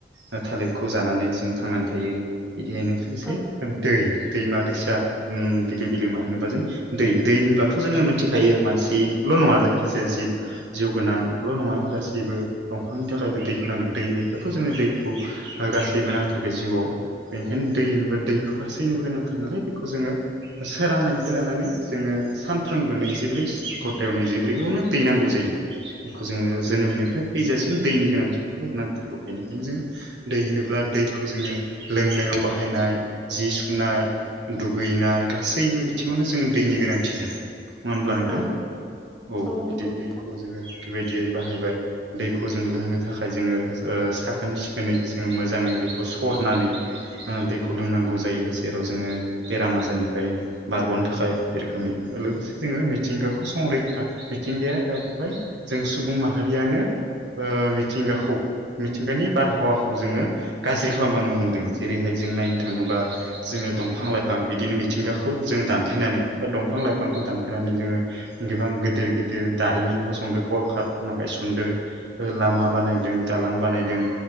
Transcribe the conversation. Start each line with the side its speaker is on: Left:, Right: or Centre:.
Right: ओ थालिरखौ जानानै जों थांनानै थायो बिदिहायनो लोगोसे
Centre: औ
Right: दै दैमा दैसा उम बिलो बिलोमा होनोबा जों दै दै होनब्लाथ' जोङो मिथिखायो मानसिल' नङा जायखिजाया जिब जिउ गोनांल' नङा गासैबो दंफांनि थाखायबो दैखौ नांगोन दैनिफ्रायथ' जोङो दैखौ गासैबो नांथारगो जिउआव बेनिखायनो दैनोबो दैखो गासैनोबो गोनांथार नालाय बेखौ जोङो सोरांनायनिफ्राय लानानै जोङो सानफ्रोमबो नैजिब्रै घन्टायाव नैजिब्रैयावनो दै नांगौ जायो
Centre: <inaudible>
Right: खौ जोङो जोनोमनिफ्राय थैजासिम दैनि गोनांथिखौ नांथारगौ बेनिखायनो जोङो दै होनोब्ला दैखौ जोङो लोंनायाव बाहायनाय जि सुनाय दुगैनाय गासैबो बिथिङावनो जों दैनि गोनांथिथार नङा होमब्ला नोंथां
Centre: औ
Right: औ
Centre: औ नंगौ
Right: बिदि
Centre: नोंथां
Right: दैखौ जोङो बेबायदियै बाहायबाय दैखौ जों लोंनो थाखाय जोङो ओ साखोन सिखोनै जोङो मोजाङै बेखौ सरनानै ओ दैखौ लोंनांगौ जायो जेराव जोङो बेराम आजारनिफ्राय बारग'नो थाखाय बेरोखोमनि लोगोसे जोङो मिथिंगाखौ संरैखा मिथिंगाया दा बेवहाय जों सुबुं माहारियानो ओ मिथिंगाखौ मिथिंगानि बारहावाखौ जोङो गाज्रि खालामलांनो हमदों जेरैहाय जों नायनो थाङोबा जोङो दंफां लाइफां बिदिनो मिथिंगाखौ जों दानफायनानै बा दंफां लाइफांखौ दानफायनानै जोङो गोबां गिदिर गिदिर दारिमिन फसंदों कल कारखाना गायसनदों ओ लामा बानायदों दालां बानायदों